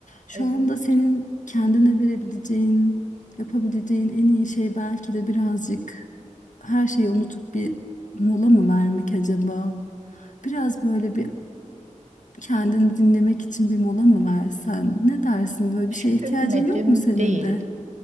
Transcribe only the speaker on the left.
şu
anda senin kendine verebileceğin, yapabileceğin en iyi şey belki de birazcık her şeyi unutup bir mola mı vermek acaba? Biraz böyle bir kendini dinlemek için bir mola mı versen? Ne dersin? Böyle bir
şeye ihtiyacın yok mu senin
de?